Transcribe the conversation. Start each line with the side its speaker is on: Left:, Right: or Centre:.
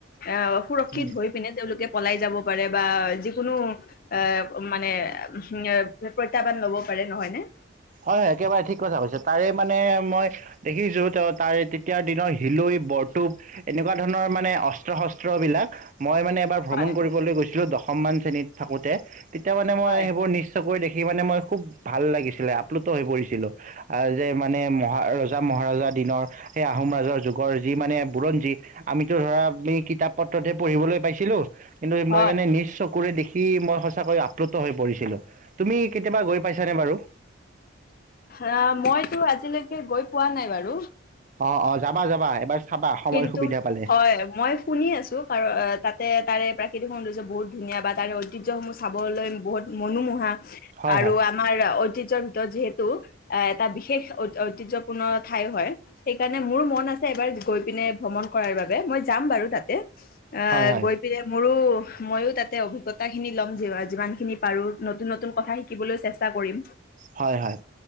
Left: আহ সুৰক্ষিত
Right: উম।
Left: হৈ পিনে তেওঁলোকে পলাই যাব পাৰে বা যিকোনো এ মানে এ প্ৰত্যাহ্বান লব পাৰে নহয় নে।
Right: হয়, একেবাৰে ঠিক কথা কৈছো, তাৰে মানে মই দেখিছো তেওঁ তাৰে তেতিয়াৰ দিনৰ হিলৈ, বৰটোুপ এনেকুৱা ধৰণৰ মানে অস্ত্ৰ-শস্ত্ৰবিলাক মই মানে এবাৰ ভ্ৰমণ
Left: হয়
Right: কৰিবলৈ গৈছিলোঁ দশমমান শ্ৰেণীত থাকোঁতে, তেতিয়া মানে মই
Left: হয়।
Right: সেইবোৰ নি নিজ চকুৰে দেখি মানে মই খুৱ ভাল লাগিছিলে, আপ্লুত হৈ পৰিছিলোঁ। আহ, যে মানে মহা-ৰজা, মহাৰজা দিনৰ সেই আহোম ৰাজৰ যুগৰ যি মানে বুৰঞ্জী আমিতো ধৰা, <unintelligible> কিতাপ পত্ৰতহে পঢ়িবলৈ পাইছিলোঁ, কিন্তু
Left: হয়
Right: মই মানে নিজ চকুৰে ৰে দেখি মই সঁচাকৈ আপ্লুত হৈ পৰিছিলোঁ। তুমি কেতিয়াবা গৈ পাইছানে বাৰু?
Left: অ', মইতো আজিলৈকে গৈ পোৱা নাই বাৰু।
Right: অ', অ', যাবা, যাবা এবাৰ চাবা সময়
Left: কিন্তু
Right: সুবিধা পালে।
Left: হয় মই শুনি আছোঁ, কাৰণ তাতে তাৰে প্ৰাকৃতিক সৌন্দৰ্য বহুত ধুনীয়া বা তাৰে ঐতিহ্যসমূহ চাবলৈ বহুত মনোমোহা
Right: হয়
Left: আৰু
Right: হয়
Left: আমাৰ ঐতিহ্য ভিতৰত যিহেতু আ, এটা বিশেষ ঐতিহ্যপূৰ্ণ ঠাই হয়, সেইকাৰণে মোৰ মন আছে এবাৰ গৈ পিনে ভ্ৰমণ কৰাৰ বাবে, মই যাম বাৰু তাতে। আ,
Right: হয় হয়
Left: গৈ মোৰো ময়ো তাতে অভিজ্ঞতাখিনি ল'ম গে, যিমানখিনি পাৰোঁ। নতুন, নতুন কথা শিকি শিকিবলৈ চেষ্টা কৰিম।
Right: হয়, হয়।